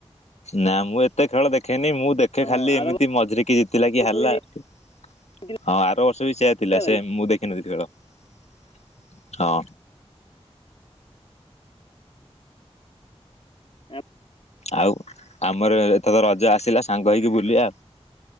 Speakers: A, on the left; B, on the left.
A: ନାଁ ମୁଁ ଏତେ ଖେଳ ଦେଖେନି ମୁଁ ଦେଖେ
B: ହଁ
A: ଖାଲି
B: ଆର
A: ଏମିତି ମଝିରେ କି ଜିତିଲା କି
B: ବର୍ଷ
A: ହାରିଲା।
B: ବି
A: ହଁ
B: ନେଇଥିଲା
A: ଆର ବର୍ଷ ବି ସେୟା ଥିଲା
B: ଭାଇ
A: ସେ ମୁଁ ଦେଖିନଥିଲି ଖେଳ ହଁ।
B: ଆମର
A: ଆଉ ଆମର ଏଥେ ତ ରଜ ଆସିଲା ସାଙ୍ଗ ହେଇକି ବୁଲିବା